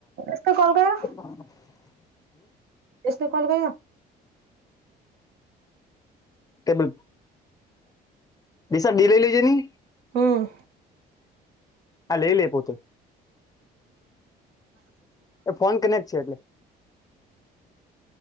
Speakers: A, on the right; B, on the left.
A: સ ક કોલ કર
B: હ
A: એતો કલ ગયો
B: તેમાં બી સા ડી લઈ લેજે નની
A: હમ
B: અ લ એ લે પોતે
A: <inaudible> <inaudible>
B: એ ફોન કનેક્ટ છે એટલે